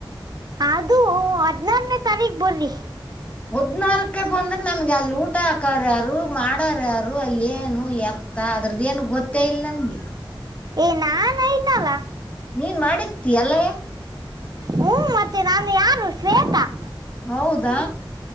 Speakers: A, on the right; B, on the left.
A: ಅದು ಹದಿನಾರನೇ ತಾರೀಕ್ ಬರ್ರಿ.
B: ಹದ್ನಾರಕ್ಕೆ ಬಂದ್ರ ನಮ್ಗೆ ಅಲ್ಲಿ ಊಟ ಹಾಕರ ಯಾರು ಮಾಡಾರ ಯಾರು ಅಲ್ಲಿ ಏನು ಎತ್ತ ಅದ್ರದ ಏನು ಗೊತ್ತೇ ಇಲ್ಲ. ಗೆ
A: ಏ ನಾನ್ಯನಲ್ಲ.
B: ನೀನ್ ಮಾದಡಿಕ್ತಿ ಅಲ್ಲ
A: ಹ್ಮ ಮತ್ತೆ ನಾನು ಯಾರು ಶ್ವೇತಾ‌‌‌.
B: ಹೌದಾ.